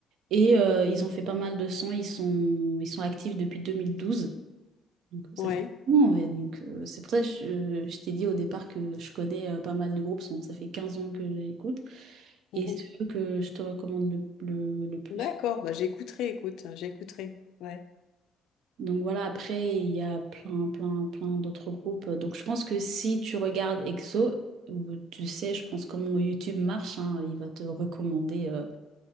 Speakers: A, on the right (about 60°); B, on the left (about 70°).
A: Et euh, ils ont fait pas mal de sons, ils sont, ils sont actifs depuis 2012. Donc, ça
B: ouais.
A: fait un moment, ouais. Donc, euh, c'est pour ça que je, je t'ai dit au départ que je connais euh, pas mal de groupes. donc Ça fait 15 ans que j'écoute.
B: Mhm.
A: Et c'est eux que je te recommande le, le, le plus.
B: D'accord, bah j'écouterai, écoute, j'écouterai. Ouais.
A: Donc voilà, après, il y a plein, plein, plein d'autres groupes. Donc je pense que si tu regardes EXO, euh, tu sais, je pense comment YouTube marche, hein, il va te recommander euh,